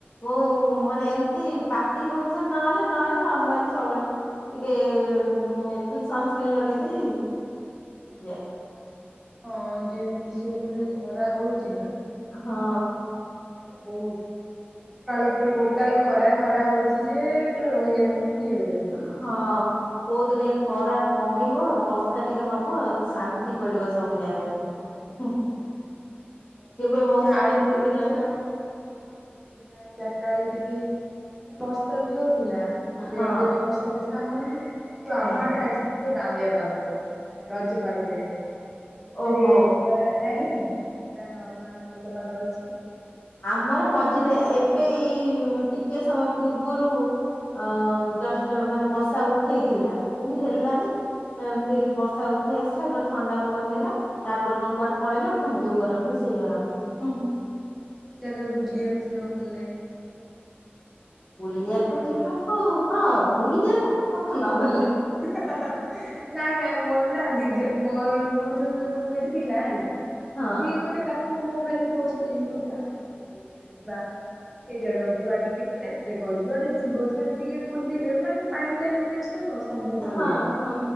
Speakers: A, on the left; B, in the centre.
A: ହଉ ମାନେ ଏମତି ପାର୍ଟି ଫଙ୍ଗସନ ନହେଲେ ନହେଲେ ନର୍ମାଲି ସବୁବେଳେ। ଟିକେ ଉଁ ନେଫିଲ ସନସ୍ କ୍ରିମ ଲଗେଇ ଦେଇ
B: ହଁ।
A: ଯା
B: ହଁ ଯେମିତି ସବୁ ଯୋଉ ଖରା ହଉଛି ନା।
A: ହଁ।
B: ବହୁତ <unintelligible> ସକାଳୁ ପୁରା
A: ଓ
B: ଟୋଟାଲ ଖରା ଖରା ହଉଛି ଯେ ପୁରା ରହି ହଉନି କି ଇଏ କରି ହଉନି
A: ହଁ କୋଉଦିନ ଏ ଖରା କମିବ ବର୍ଷା ଟିକେ ହବ। ଶାନ୍ତି ପଡିବ ସେ ସବୁ ଜାଗାରେ
B: ହଁ।
A: ହିଁ
B: ହଁ। ସବୁ
A: କେବେ ମୌସୁମୀ
B: ଯାହା ଆଗରୁ
A: ଆସିବ
B: ଟିକେ
A: କେ ଜାଣି?
B: ଯାହା ହଁ ଆଉ ଯେତିକି ଯାଉ ଚାର୍ଟା ବେଳେ ଟିକେ ତ ବର୍ଷା ବି ହଉଥିଲା ଏବେ
A: ହଁ
B: ଆଉ ତ ବି ବର୍ଷା ଫର୍ଷା ହଉନି ତୋ ଆମ
A: ହୁଁ
B: ଆଡେ ଆଜି ତ ଟିକେ କାଉଁଳିଆ ପାଗ କରୁଛି ମାନେ ରଜ ପାଗ ଟାଇପ୍ ର ଏତେ
A: ଓହୋ
B: ଖରା ନାଇଁ ପୁରା ନର୍ମାଲ ଭଲ ପାଗ ଅଛି।
A: ଆମର
B: ଆଉ
A: ମଝିରେ ଏବେ ଏଇ ଟିକେ ସମୟ ପୂର୍ବରୁ ଅ
B: ହଁ
A: ଜଷ୍ଟ ମାନେ ବର୍ଷା ଉଠ ଉଠେଇଥିଲା କିନ୍ତୁ ହେଲାନି <inaudible> ବି ବର୍ଷା ଉଠେଇ ଆସିଲା ପୁରା ଥଣ୍ଡା ପବନ ଦେଲା। ତାପରେ କଣ କୁଆଡେ ପଳେଇଲା ପୁଣି ଯୋଉ ଗରମକୁ ସେଇ ଗରମ ହୁ
B: <unintelligible> ଜାଗା ବୁଲିବାକୁ ଯିବାକୁ ଭଲ ଲାଗେ।
A: ବୁଲିବାକୁ
B: ଭଲ ଲାଗେ
A: ଯିବାକୁ
B: ତ?
A: ହଁ ବୁଲିବାକୁ କାହାକୁ ନ ଭଲଲାଗେ।
B: ହୀ - ହା - ହା - ହା - ହା ହେଁ ନାଇଁ ନାଇଁ ମୋର ନା ନିଜ ମୋର ମୋର ଯୋଉ ରୁମମେଟ୍ ଥିଲା ହେଲା
A: ହଁ
B: ସିଏ ଗୋଟେ ତାକୁ ମୁଁ ଖାଲି ଫୋର୍ସ ତ ଇଁଗୁଏଟ ଚାଲେ ଟିକେ ବୁଲିବାକୁ ଯିବା। ଏଇ ଜାଗାକୁୁ ଯିବା ଟିକେ ମାନେ ଦେଖ ଯୁଆଡେ ଯିବ ସେଆଡ଼େ ଟିକେ ବୁଲିଲେ ମାନେ ମାଇଣ୍ଡ ବି ଫ୍ରେସ ରହିବ। ସବୁ ଭଲ
A: ହଁ
B: ଲାଗିବ।
A: ହଁ